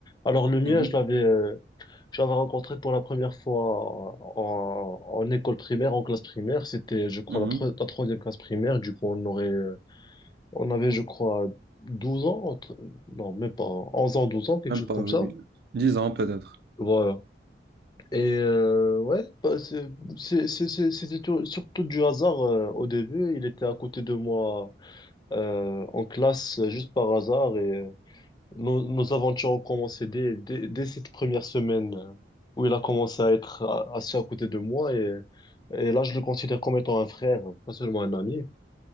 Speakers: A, on the left; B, on the right.
A: Alors le mien,
B: mhm,
A: je l'avais euh, je l'avais rencontré pour la première fois en, en école primaire, en classe primaire. C'était, je crois,
B: mhm.
A: la, tro- la troisième classe primaire. Du coup, on aurait, euh, on avait, je crois, 12 ans, entre- non, même pas, 11 ans, 12 ans, quelque
B: Même
A: chose
B: pas,
A: comme
B: oui.
A: ça.
B: Dix ans peut-être.
A: Voilà. Et euh, ouais, bah, c'est- c'est- c'est- c'est- c'était tout- surtout du hasard euh, au début. Il était à côté de moi euh, en classe euh, juste par hasard et euh, nos, nos aventures ont commencé dès, dès, dès cette première semaine euh, où il a commencé à être a- assis à côté de moi et, et là je le considère comme étant un frère, pas seulement un ami.